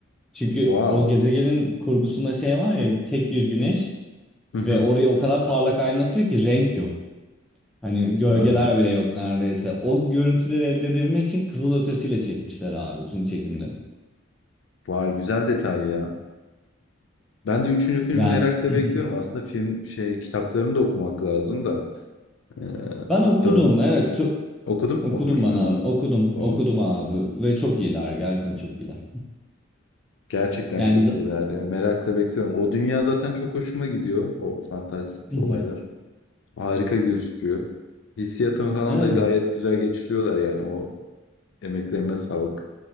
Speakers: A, in the centre; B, on the left.
A: Çünkü
B: Wow.
A: o gezegenin kurgusunda şey var ya tek bir güneş
B: Hı hı.
A: ve orayı o kadar parlak aydınlatıyor ki renk yok. Hani gölgeler
B: Nice.
A: bile yok neredeyse. O görüntüleri elde edebilmek için kızılötesiyle çekmişler abi bütün çekimleri.
B: Vay güzel detay ya. Ben de üçüncü filmi
A: Yani
B: merakla
A: <laughs>
B: bekliyorum. Aslında film şey kitaplarını da okumak lazım da. Ee,
A: ben okudum
B: dört
A: evet çok
B: okudum.
A: okudum
B: Okumuş
A: bana
B: muydun?
A: abi. Okudum
B: Vay.
A: okudum abi ve çok iyiler gerçekten çok iyiler.
B: Gerçekten
A: Yani
B: çok iyiler ya. Merakla bekliyorum. O dünya zaten çok hoşuma gidiyor. O fantastik
A: <laughs>
B: olaylar. Harika gözüküyor. Hissiyatını falan
A: evet
B: da gayet güzel geçiriyorlar yani. O emeklerine sağlık.